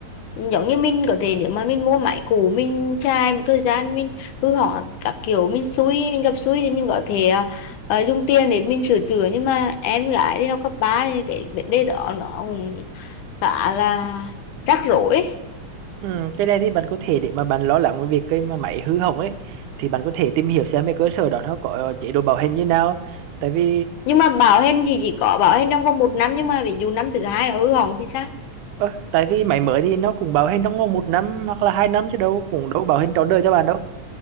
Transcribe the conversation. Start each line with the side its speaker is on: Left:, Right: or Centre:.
Left: giống như mình có thể nếu mà mình mua máy cũ mình chai một thời gian mình hư hỏng các kiểu mình xui mình gặp xui thì mình có thể ờ, ờ, dùng tiền để mình sửa chữa nhưng mà em gái đi học cấp 3 thì cái vấn đề đó nó cũng khá là rắc rối ấy.
Right: ừ, cái này thì bạn có thể để mà bạn lo lắng về việc cái mà máy hư hỏng ấy thì bạn có thể tìm hiểu xem cái cơ sở đó nó có chế độ bảo hành như nào tại vì
Left: nhưng mà bảo hành thì chỉ có bảo hành trong vòng một năm nhưng mà ví dụ năm thứ hai nó hư hỏng thì sao
Right: ơ, tại vì máy mới thì nó cũng bảo hành trong vòng một năm hoặc là hai năm chứ đâu cũng đâu bảo hành trọn đời cho bạn đâu